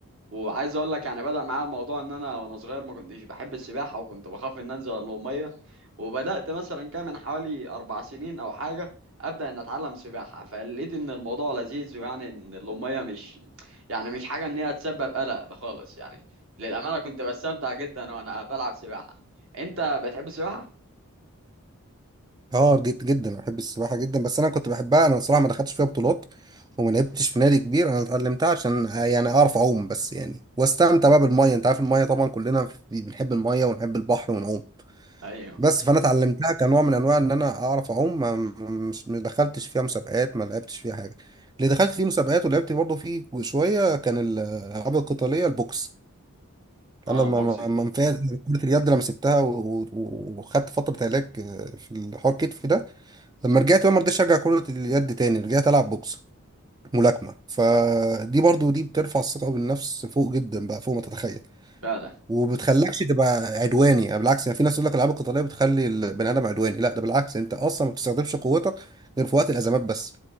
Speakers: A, on the right; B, on the right.
A: وعايز اقول لك يعني بدأ معايا الموضوع ان انا وانا صغير ما كنتش بحب السباحه وكنت بخاف ان انزل الميه وبدأت مثلا كان من حوالي اربع سنين او حاجه ابدأ ان اتعلم سباحه فلقيت ان الموضوع لذيذ ويعني ان الميه مش يعني مش حاجه ان هي تسبب قلق خالص يعني للامانه كنت بستمتع جدا وانا بلعب سباحه انت بتحب السباحه
B: اه جد جدا أنا بحب السباحه جدا بس انا كنت بحبها انا الصراحه ما دخلتش فيها بطولات وما لعبتش في نادي كبير انا اتعلمتها عشان آه، يعني اعرف اعوم بس يعني واستمتع بقى بالميه انت عارف الميه طبعا كلنا في- بنحب الميه ونحب البحر ونعوم
A: ايوه
B: بس فانا اتعلمتها كنوع من انواع ان انا اعرف اعوم ما مش ما دخلتش فيها مسابقات ما لعبتش فيها حاجه اللي دخلت فيه مسابقات ولعبت برضه فيه شويه كان الالعاب القتاليه البوكس
A: اه
B: انا ما
A: بوكسنج
B: ما ما نفعت كرة اليد لما سبتها و- و- وخدت فترة علاج آه، في الحوار كتف ده لما رجعت بقى ما رضيتش ارجع كرة اليد تاني رجعت العب بوكس ملاكمة فدي برضو دي بترفع الثقة بالنفس فوق جدا بقى فوق ما تتخيل
A: فعلا
B: وبتخلكش تبقى عدواني يعني بالعكس يعني في ناس يقول لك الالعاب القتالية بتخلي البني ادم عدواني لا ده بالعكس انت اصلا ما بتستخدمش قوتك غير في وقت الازمات بس